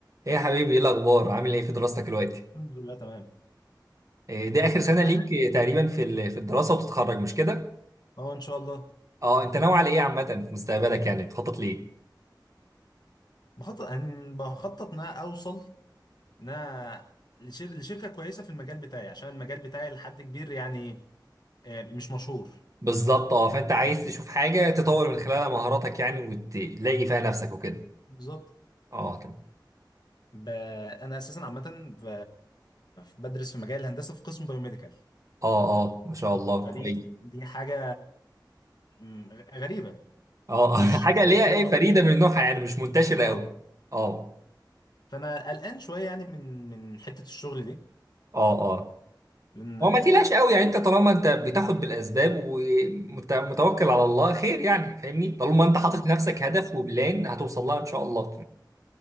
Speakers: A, on the right; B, on the left.
A: ايه يا حبيبي ايه الاخبار عامل ايه في دراستك دلوقتي
B: الحمد لله تمام
A: إيه دي اخر سنه ليك
B: يعني
A: إيه، تقريبا في ال- في الدراسه وبتتخرج مش كده
B: اه ان شاء الله
A: اه انت ناوي على ايه عامه في مستقبلك يعني بتخطط ليه
B: بخطط أن- بخطط ان انا اوصل ان انا لشر... لشركه كويسه في المجال بتاعي عشان المجال بتاعي لحد كبير يعني آه، مش مشهور
A: بالظبط اه فانت عايز تشوف حاجه تطور من خلالها مهاراتك يعني وتلاقي فيها نفسك وكده
B: بالظبط
A: اه تمام
B: ب... انا اساسا عامه ب... بدرس في مجال الهندسه في قسم بايوميديكال
A: اه اه ما شاء الله
B: فدي
A: كويس
B: دي حاجه م، غريبه
A: اه
B: مش
A: <laughs> حاجه
B: مش
A: اللي
B: مشهوره
A: هي ايه فريده من نوعها يعني مش منتشره
B: اه
A: قوي اه
B: فانا قلقان شويه يعني من من حته الشغل دي
A: اه اه
B: لان
A: هو ما تقلقش قوي يعني انت طالما انت بتاخد بالاسباب ومتوكل على الله خير يعني فاهمني طالما انت حاطط
B: اه
A: لنفسك هدف وبلان هتوصل لها ان شاء الله